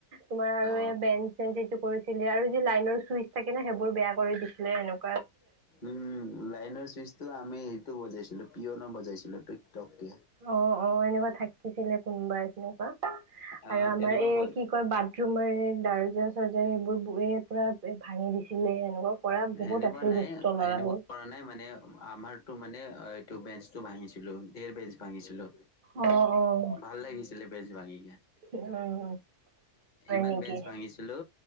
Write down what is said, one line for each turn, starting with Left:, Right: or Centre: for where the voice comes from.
Right: তুমাৰ আৰু
Left: অ
Right: বে চে এইটো কৰিছিলে আৰু যি লাইনৰ চুইচ থাকে ন সেইবোৰ বেয়া কৰি দিছিলে। এনেকুৱা,
Left: উম, লাইনৰ চুইচটো আমি সেইটো বজাইছিলো পঅন বজাইছিলো। টককে
Right: অ অ এনেকুৱা থাকিছিলে। কোনবা এনেকুৱা
Left: অ
Right: আৰু আমাৰ
Left: তেনেকুৱা
Right: এই
Left: বল
Right: কি কয় বাথৰুমৰ দাৰজা চৰ্জা এইবোৰ এই পুৰা, ভাঙি দিছিলে এনেকুৱা। কৰা বহুত
Left: এনেকুৱা
Right: আছিল
Left: নাই।
Right: দুষ্ট ল'ৰাবোৰ।
Left: এনেকুৱা কৰা নাই মানে আমাৰতো মানে এইটো বেঞ্চটো ভাঙিছে। বেৰ বেজ ভাঙিছিলো।
Right: অ', অ'।
Left: ভাল লাগিছিলে বেজ ভাঙি।
Right: উম, হয়
Left: ইমান
Right: নেকি?
Left: বেঞ্চ ভাঙিছিলো।